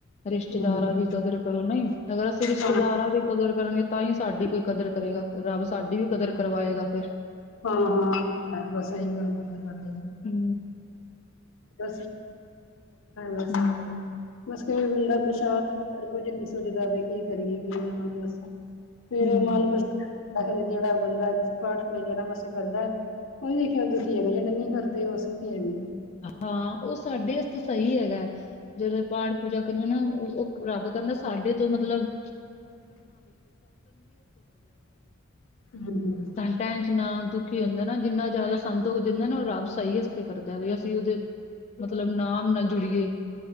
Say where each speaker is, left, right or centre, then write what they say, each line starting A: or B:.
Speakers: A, on the left (about 35°); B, on the left (about 70°).
A: ਰਿਸ਼ਤੇਦਾਰਾਂ
B: ਹੂੰ,
A: ਦੀ ਕਦਰ ਕਰੋ ਨਹੀਂ ਅਗਰ ਅਸੀਂ ਰਿਸ਼ਤੇਦਾਰਾਂ
B: ਹਾਂ,
A: ਦੇ ਕਦਰ ਕਰਨਗੇ ਤਾਂ ਈ ਸਾਡੀ ਕੋਈ ਕਦਰ ਕਰੇਗਾ ਰੱਬ ਸਾਡੀ ਵੀ ਕਦਰ ਕਰਵਾਏਗਾ ਫੇਰ।
B: ਹਾਂ-ਹਾਂ ਬਸ ਸਈ ਗੱਲ ਐ।
A: ਹੂੰ
B: ਬ ਬਸ-ਬਸ
A: ਹੂੰ।
B: ਕਈ ਗੰਡਾ ਪ੍ਰਸ਼ਾਦ ਰ ਕੁੱਝ ਨੀ ਸੁਝਦਾ ਵੀ ਕੀ ਕਰੀਏ ਕੀ ਨਾਂ ਬਸ ਫੇਰ
A: ਹੂੰ,
B: ਮਨ ਬ ਦੇ ਜਿਹੜਾ ਬੰਦਾ ਜਿਹੜਾ ਮਾਸੀ ਫ ਕਰਦਾ। ਦੁਖੀ ਹੈਗਾ ਜਿਹੜਾ ਨਹੀਂ ਕਰਦੇ ਉਹ ਸੁਖੀ ਹੈਗੇ ਨੇ।
A: ਹਾਂ ਓ ਸਾਡੇ ਵਸ ਸਈ ਹੈਗਾ। ਜਦੋਂ ਪਾਠ-ਪੂਜਾ ਕਰਨਾ ਨਾ ਓ ਰੱਬ ਕਹਿੰਦਾ ਸਾਡੇ ਤੋਂ ਮਤਲਬ <unintelligible>
B: ਨੇ ਹੂੰ ਹੂੰ
A: ਟੈਂਨਸ਼ਨਾਂ ਦੁਖੀ ਹੁੰਦਾ ਨਾ ਜਿੰਨਾ ਜ਼ਿਆਦਾ ਸੰਤੁਖ ਦਿੰਦਾ ਨਾ ਉਹ ਰੱਬ ਸਹੀ ਵਤੇ ਕਰਦਾ ਵੀ ਦੇ ਮਤਲਬ ਨਾਮ ਨਾਲ ਜੁੜੀਏ